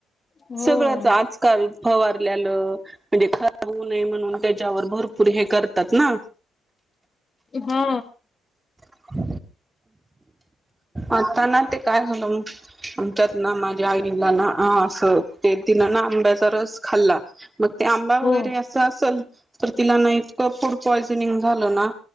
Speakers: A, on the left (about 35°); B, on the right (about 20°).
A: हो
B: सगळंच आजकाल फवारल्यालं म्हणजे खराब होऊ नये म्हणून त्याच्यावर भरपूर हे करतात ना
A: हा
B: <inaudible> आता ना ते काय झालं मग आमच्यात ना माझ्या आईला ना असं ते तिनं ना आंब्याचा रस खाल्ला मग ते आंबा
A: हो
B: वगैरे असं असल तर तिला ना इतकं फूड पॉयझनिंग झालं ना